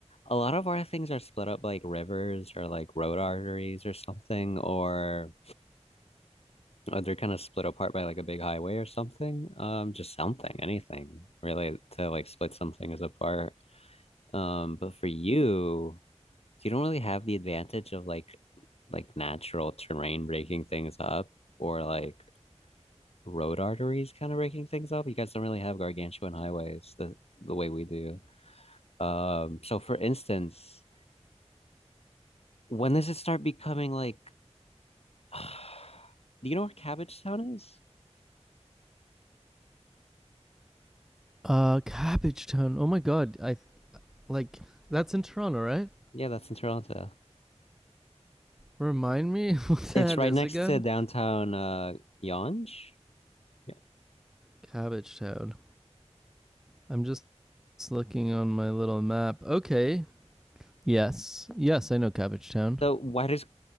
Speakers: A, on the left; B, in the centre.
A: a lot of our things are split up by, like rivers or like road arteries or something or Uh, They're kind of split apart by like a big highway or something. Um, just something, anything really to like split some things apart. Um, but for you, you don't really have the advantage of like like natural terrain breaking things up or like road arteries kind of breaking things up. You guys don't really have gargantuan highways the the way we do. Um, so for instance, when does it start becoming like <sighs> do you know where Cabbage Town is?
B: uh, Cabbage Town. Oh my God, I like that's in Toronto, right?
A: Yeah, that's in Toronto.
B: Remind me <laughs> what
A: It's
B: that
A: right
B: is
A: next
B: again.
A: to downtown uh Yonge. Yeah.
B: Cabbage Town. I'm just looking on my little map. Okay. Yes. Yes, I know Cabbage Town.
A: So why does